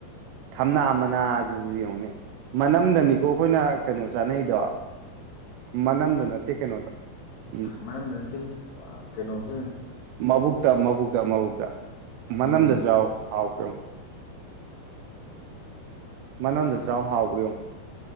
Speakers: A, on the right; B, on the left.
A: ꯊꯝꯅꯥ ꯃꯅꯥꯖꯁꯨ ꯌꯦꯡꯉꯨꯅꯦ ꯃꯅꯝꯗꯅꯤꯀꯣ ꯑꯩꯈꯣꯏꯅ ꯀꯩꯅꯣ ꯆꯥꯅꯩꯗꯣ ꯃꯅꯝꯗ ꯅꯠꯇꯦ ꯀꯩꯅꯣꯗ ꯎꯝ
B: ꯃꯅꯝꯗ ꯅꯠꯇꯦ ꯀꯩꯅꯣꯗꯨ
A: ꯃꯕꯨꯛꯇ ꯃꯕꯨꯛꯇ ꯃꯕꯨꯛꯇ ꯃꯅꯝꯗ
B: ꯎꯝ
A: ꯆꯥꯎ ꯍꯥꯎ ꯄꯨꯉ ꯃꯅꯝꯗ ꯆꯥꯎꯍ ꯍꯥꯎꯕ꯭ꯔꯨꯛ